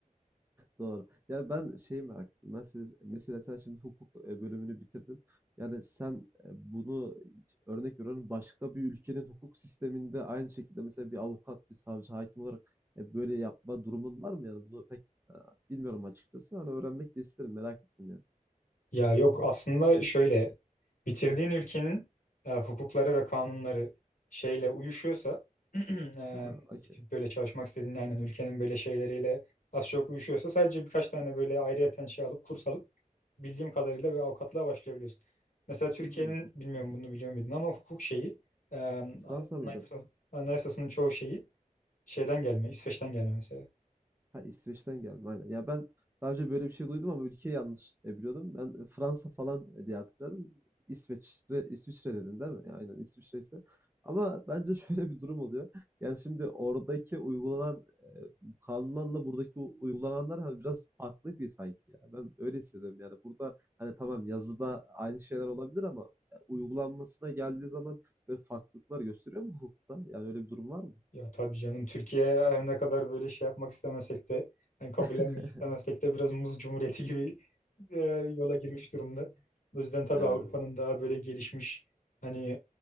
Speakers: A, on the right; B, on the left.
A: Doğru. Ya ben şeyi merak ettim. Mesela, mesela sen şimdi hukuk e, bölümünü bitirdin. Yani sen e, bunu örnek veriyorum başka bir ülkenin hukuk sisteminde aynı şekilde mesela bir avukat, bir savcı, hakim olarak e, böyle yapma durumun var mı? Yani bunu pek e, bilmiyorum açıkçası. Hani öğrenmek de isterim. Merak ettim yani.
B: Ya yok aslında şöyle bitirdiğin ülkenin e, hukukları ve kanunları şeyle uyuşuyorsa <clears throat> e,
A: Aha, okey.
B: gidip böyle çalışmak istediğin aynen ülkenin böyle şeyleriyle az çok uyuşuyorsa sadece birkaç tane böyle ayrıyeten şey alıp kurs alıp bildiğim kadarıyla böyle avukatlığa başlayabiliyorsun. Mesela Türkiye'nin
A: Hmm, çok
B: bilmiyorum
A: iyi.
B: bunu biliyor muydun ama hukuk şeyi e,
A: Fransa mıydı?
B: anayasa- anayasasının çoğu şeyi şeyden gelme İsveç'ten gelme mesela.
A: Ha, İsveç'ten gelme aynen. Ya ben daha önce böyle bir şey duydum ama ülkeyi yanlış e, biliyordum. Ben e, Fransa falan e, diye hatırladım. İsveç'te, İsviçre dedin değil mi? Ya, Aynen İsviçre ise. Ama bence <laughs> şöyle bir durum oluyor. Yani şimdi oradaki uygulanan e, kanunlarla buradaki u- uygulananlar hani biraz farklı bir sanki ya. Ben öyle hissediyorum yani. Burada hani tamam yazıda aynı şeyler olabilir ama e, uygulanmasına geldiği zaman böyle farklılıklar gösteriyor mu hukukta? Yani öyle bir durum var mı?
B: Ya tabii canım Türkiye her ne kadar böyle şey yapmak istemesek de yani kabullenmek
A: <laughs>
B: istemesek de biraz muz cumhuriyeti <laughs> gibi e, yola girmiş durumda. O yüzden tabii
A: Evet.
B: Avrupa'nın daha böyle gelişmiş hani